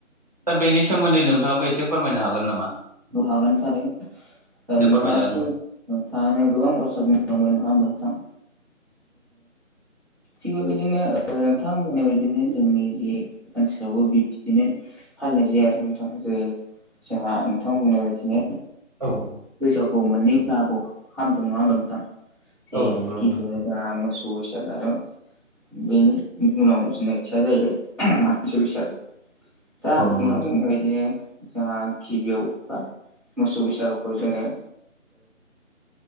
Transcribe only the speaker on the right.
दा बेनि सोमोन्दै नोंथाङाबो एसे फोरमायनो हागोन नामा?
दे
फोरमायजागोन
नोंथां
औ
औ नंगौ नोंथां
औ नंगौ